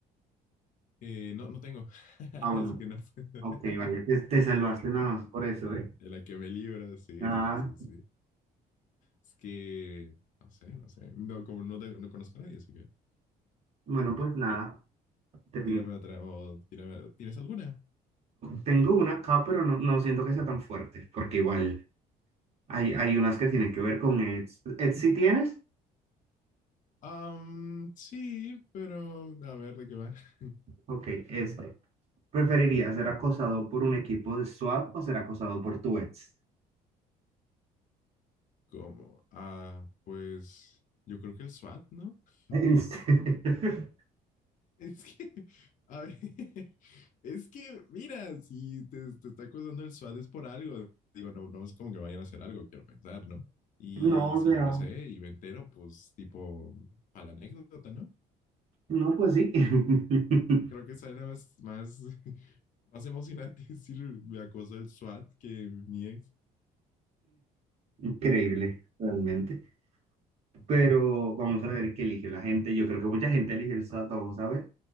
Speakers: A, on the left (about 55°); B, on the right (about 40°).
A: Eh, no, no tengo. <laughs>
B: Ah, bueno,
A: Así que no. <laughs>
B: ok, vale, te, te salvaste nada más por eso, ¿eh?
A: De la que me libro, sí,
B: Ah,
A: sí, sí, sí. Es que, no sé, no sé. No, como no, tengo- no conozco a nadie, así que.
B: bueno, pues nada,
A: Ok,
B: definit-
A: tírame otra. o tírame- ¿Tienes alguna?
B: Tengo una acá, pero no, no siento que sea tan fuerte, porque igual hay, hay unas
A: Pues,
B: que tienen que ver con Eds. ¿Eds si tienes?
A: am, sí, pero a ver de qué va. <laughs>
B: Ok, este. ¿Preferirías ser acosado por un equipo de SWAT o ser acosado por tu ex?
A: ¿Cómo? Ah, pues yo creo que el SWAT, ¿no? <laughs>
B: En serio. <laughs>
A: Es que, a ver, <laughs> es que, mira, si te, te está acusando el SWAT es por algo. Digo, no, no es como que vayan a hacer algo, quiero pensar, ¿no? Y
B: No, o
A: si
B: sea,
A: yo lo sé y me entero, pues tipo, para la anécdota, ¿no?
B: no, pues sí. <laughs>
A: Creo que esa era más, más, <laughs> más emocionante <laughs> decir me acosó el SWAT que mi ex.
B: Increíble, realmente. Pero vamos a ver qué eligió la gente. Yo creo que mucha gente eligió el SWAT, vamos a ver.